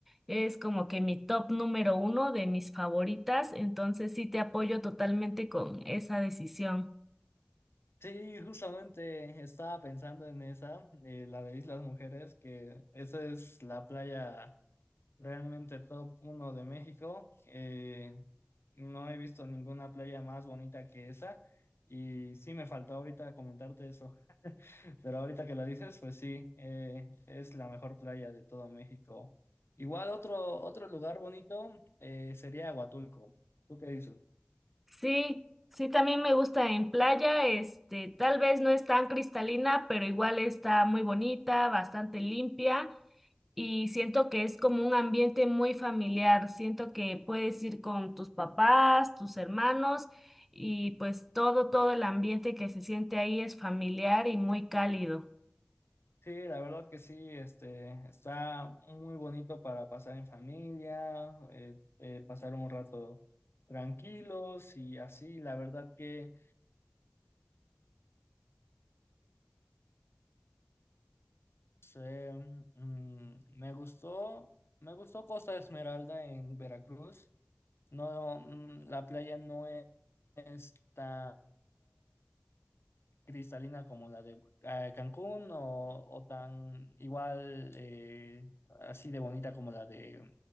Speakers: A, in the centre; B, on the left.
A: Es como que mi top número uno de mis favoritas, entonces sí te apoyo totalmente con esa decisión.
B: Sí, justamente estaba pensando en esa, eh, la de Islas Mujeres, que esa es la playa Realmente top uno de México. Eh, no he visto ninguna playa más bonita que esa. Y sí me faltó ahorita comentarte eso. <laughs> Pero ahorita que lo dices, pues sí, eh, es la mejor playa de todo México. Igual otro, otro lugar bonito eh, sería Huatulco. ¿Tú qué dices?
A: Sí, sí, también me gusta en playa, este, tal vez no es tan cristalina, pero igual está muy bonita, bastante limpia. y siento que es como un ambiente muy familiar. Siento que puedes ir con tus papás, tus hermanos y pues todo, todo el ambiente que se siente ahí es familiar y muy cálido. <laughs>
B: Sí, la verdad que sí, este, está muy bonito para pasar en familia, eh, eh, pasar un rato tranquilos y así, la verdad que Sí, mm, me gustó, me gustó Costa Esmeralda en Veracruz. No, mm, la playa no e- es tan cristalina como la de eh, Cancún o, o tan igual eh, así de bonita como la de